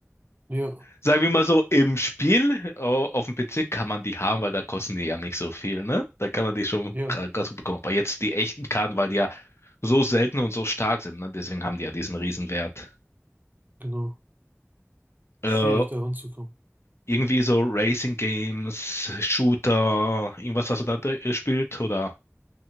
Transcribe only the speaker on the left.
Sagen wir mal so, im Spiel au- auf dem PC kann man die haben, weil da kosten die ja nicht so viel, ne? Da kann man die schon
gra- ganz gut bekommen. Aber jetzt die echten Karten, weil die ja so selten und so stark sind, ne? Deswegen haben die ja diesen Riesenwert.
Äh,
irgendwie so Racing Games, Shooter, irgendwas hast du da dr- gespielt? Oder